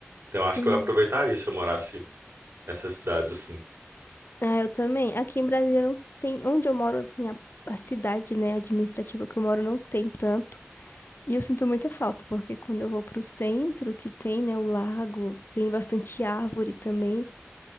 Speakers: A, on the right; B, on the left.
A: Então
B: Sim.
A: eu acho que eu aproveitaria se eu morasse nessas cidades assim.
B: Ah, eu também. Aqui em Brasília não tem. Onde eu moro, assim, a, a cidade, né, administrativa que eu moro não tem tanto. E eu sinto muita falta, porque quando eu vou pro centro, que tem, né, o lago, tem bastante árvore também.